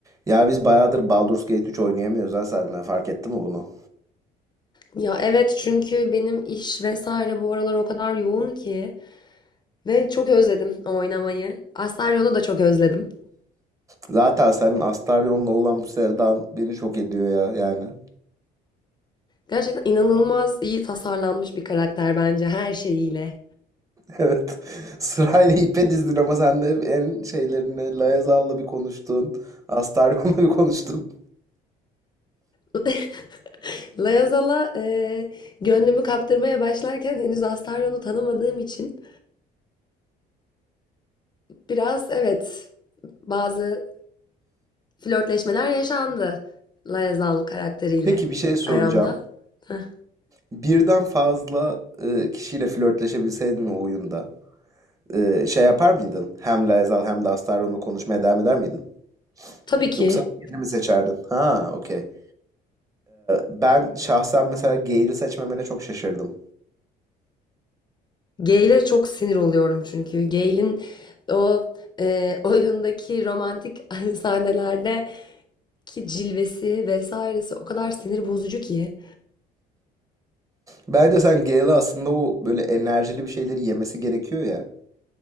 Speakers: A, on the right (about 20°); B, on the left (about 25°).
A: Ya biz bayağıdır Baldur's Gate 3 oynayamıyoruz ha seninle fark etti mi bunu?
B: Ya evet çünkü benim iş vesaire bu aralar o kadar yoğun ki ve çok özledim o oynamayı. Astarion'u da çok özledim.
A: Zaten senin Astarion'la olan bu sevdan beni şok ediyor ya yani. <laughs>
B: Gerçekten inanılmaz iyi tasarlanmış bir karakter bence her şeyiyle.
A: Evet. Sırayla ipe dizdin ama sen de hep en şeylerini Laezal'la bir konuştun. Astarion'la bir konuştun.
B: <laughs> Layazala e, gönlümü kaptırmaya başlarken henüz Astarion'u tanımadığım için biraz evet bazı flörtleşmeler yaşandı Layazal karakteriyle
A: Peki bir şey soracağım.
B: aramda. Heh.
A: Birden fazla e, kişiyle flörtleşebilseydin o oyunda e, şey yapar mıydın? Hem Laezal hem de Astarion'la konuşmaya devam eder miydin?
B: Tabii ki
A: Yoksa birini mi seçerdin? Ha, okey. Ben şahsen mesela Gale'i seçmemene çok şaşırdım.
B: Gay'le çok sinir oluyorum çünkü. Gay'in o e, oyundaki romantik <laughs> sahnelerde ki cilvesi vesairesi o kadar sinir bozucu ki.
A: Bence sen Gale'a aslında o böyle enerjili bir şeyleri yemesi gerekiyor ya.